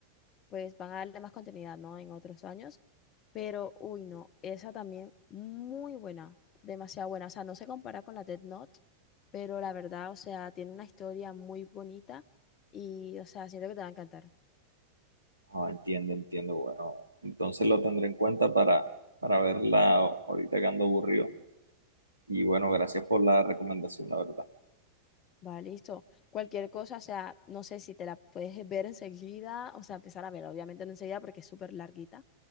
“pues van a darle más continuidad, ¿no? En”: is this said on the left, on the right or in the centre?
Left